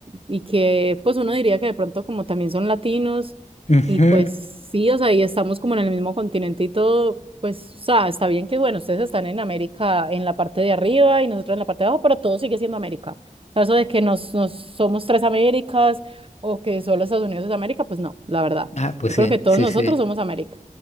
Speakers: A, on the right; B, on the left.
A: Y que, pues, uno diría que de pronto como también son latinos
B: Ujú.
A: y pues sí, o sea, y estamos como en el mismo continente y todo, pues, o sea, está bien que, bueno, ustedes están en América en la parte de arriba y nosotros en la parte de abajo, pero todo sigue siendo América. O sea, eso de que nos, nos somos tres Américas o que solo Estados Unidos es América, pues no, la verdad.
B: Ah, pues
A: Yo
B: sí,
A: creo que todos
B: sí,
A: nosotros
B: sí.
A: somos América.